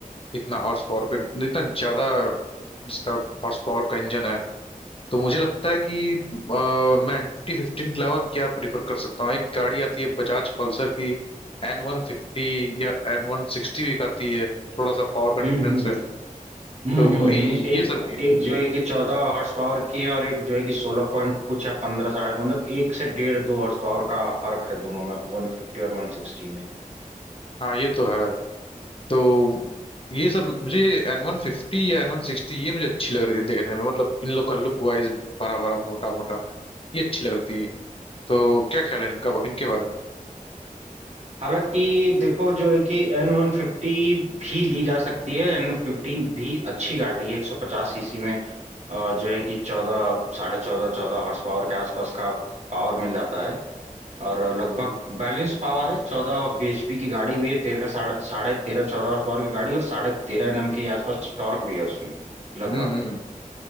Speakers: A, on the left; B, on the right.
A: इतना हॉर्स पावर का इतना ज्यादा जिसका हॉर्स पावर का इंजन है तो मुझे लगता है कि अ, मैं एंटी फिफ्टीन के अलावा क्या प्रीफर कर सकता हूँ एक गाड़ी आती है बजाज पल्सर की एन वन फिफ्टी या एन वन सिक्सटी भी एक आती है थोड़ा सा पावर का
B: हम्म
A: डिफरेंस
B: हम्म
A: है
B: हम्म
A: तो वो-
B: हम्म
A: ये
B: हम्म।
A: ये
B: एक
A: सब
B: एक जो है कि चौदह हॉर्स पावर की है और एक जो है कि सोलह पॉइंट कुछ या पंद्रह साढ़े पंद्रह मतलब एक से डेढ़ दो हॉर्स पावर का फर्क है दोनों में वन फिफ्टी और वन सिक्सटी में
A: हाँ ये तो है तो ये सब मुझे एन वन फिफ्टी या एन वन सिक्सटी ये मुझे अच्छी लग रही थी देखने में मतलब इन लोग का लुक वाइज बड़ा बड़ा मोटा मोटा ये अच्छी लग रही थी तो क्या ख्याल है इनका इनके बारे में
B: हालांकि देखो जो है कि एन वन फिफ्टी भी ली जा सकती है एन फिफ्टीन भी अच्छी गाड़ी है एक सौ पचास सीसी में और जो है कि चौदह साढ़े चौदह चौदह हॉर्स पावर के आसपास का पावर मिल जाता है और लगभग बैलेंस पावर है चौदह bhp की गाड़ी भी है तेरह साढ़े साढ़े तेरह चौदह हॉर्स पावर की गाड़ी और साढ़े तेरह एनएम के आसपास टॉर्क भी है उसमें लगभग
A: हम्म